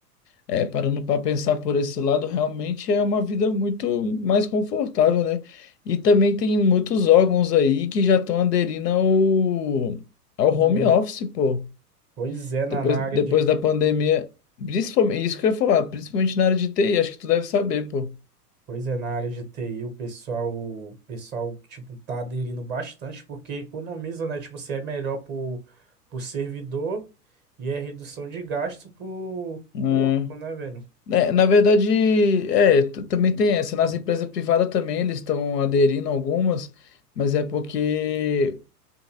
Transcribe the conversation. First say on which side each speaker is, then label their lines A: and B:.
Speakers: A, on the left; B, on the right.
A: é, parando para pensar por esse lado, realmente é uma vida muito mais confortável, né? E também tem muitos órgãos aí que já estão aderindo ao, ao
B: Ô,
A: home
B: meu,
A: office, pô.
B: Pois é, na,
A: Depois,
B: na
A: depois
B: área de
A: da pandemia, principalmente, isso que eu ia falar, principalmente na área de TI, acho que tu deve saber, pô.
B: Pois é, na área de TI, o pessoal, o pessoal, tipo, tá aderindo bastante, porque economiza, né? Tipo, você é melhor pro, pro servidor e é redução de gasto pro,
A: Hum.
B: pro órgão, né, velho?
A: É, na verdade, é, t- também tem essa. Nas
B: Né?
A: empresas privadas também eles estão aderindo algumas, mas é porque